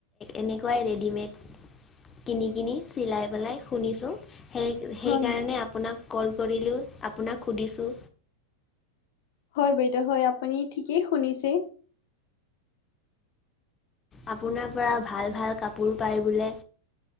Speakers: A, on the left (about 20°); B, on the left (about 50°).
A: এনেকুৱাই ৰেডিমেড কিনি কিনি চিলাই পেলাই শুনিছো সেই সেইকাৰণে
B: হয়
A: আপোনাক কল কৰিলো আপোনাক সুধিছো।
B: হয় বাইদেউ হয় আপুনি ঠিকেই শুনিছে।
A: আপোনাৰ পৰা ভাল ভাল কাপোৰ পায় বোলে